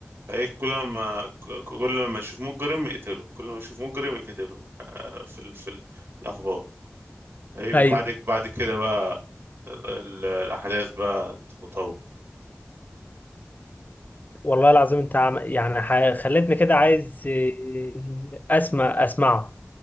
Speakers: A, on the right; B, on the left.
A: فايه كل ما ك- كل ما اشوف مجرم اقتله كل ما اشوف مجرم اقتله آه، في ال- في ال- الاخبار اي
B: ايوه
A: بعد بعد كده بقى ال- ال- الاحداث بقى تتطور
B: والله العظيم انت عم... يعني ح... خلتني كده عايز إيه، اسمع اسمعه